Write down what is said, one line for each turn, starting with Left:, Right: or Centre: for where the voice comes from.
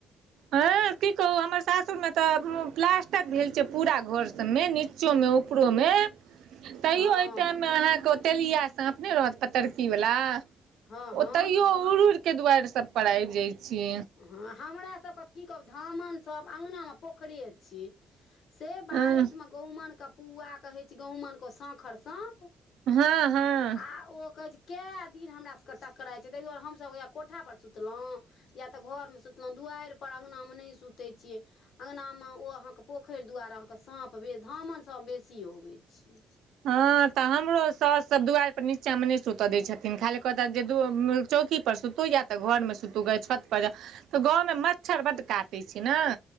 Right: ह की कहू हमर सासुर मे तऽ प्लास्टिक भेल छै पूरा घर सब मे नि निचोमे उपरोमे तैयो
Left: हँ
Right: एहि टाइममे अहाँके ओतेलिया साँपने रहत पतरकी वला
Left: हँ हँ
Right: ओ तैयो उड़ि उड़ि के दुआार सब पर आइब जाइत छै
Left: हँ हमर सबके तऽ की कहब धामनसभ अङ्गना पोखरिे छै से बारिश
Right: हँ
Left: मे गहुमनके पुआ कहै छै गहुमन को साँखर साँप
Right: हँ हँ
Left: आ ओ कहै छै कए दिन हमरा सबके टकराइ छै ताहि दुआरे हमसब ओहा कोठा पर सुतलहुँ या तऽ घरमे सुतलहुँ दुआइर पर अङ्गना मे नहि सुतै छियै अङ्गनामे ओ अहाँके पोखैर दुवारे अहाँके साँप बे धामन साप बेसी अबै छै
Right: हँ तऽ हमरो साउस सब दुवार पर नीचा मे नहि सुतऽ दै छथिन लेकन खाली कहत जे चौकीपर सुतू या तऽ घरमे सुतू ग छतपर तऽ गाँवमे मच्छर बड्ड काटै छै ने